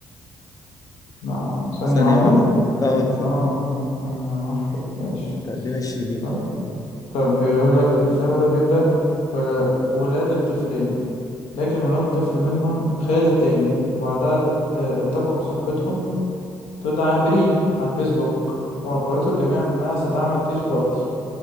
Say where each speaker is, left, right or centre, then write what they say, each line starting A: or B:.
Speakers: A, on the left; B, on the left.
A: لا ثانية
B: ثانية
A: واحدة
B: واحدة <laughs> اه
A: آه
B: ف-
A: ثانية واحدة ماشي
B: بتاع دينا الشربيني
A: طيب طيب بيقول لك الفيلم ده بيبدأ بولادة طفلين لكن هناك طفل منهم خال التاني وبعدها آه، التقوا بصاحبتهم تدعى بريم عن فيسبوك وأخبرته الجميع إنها ستعمل تيش بارتي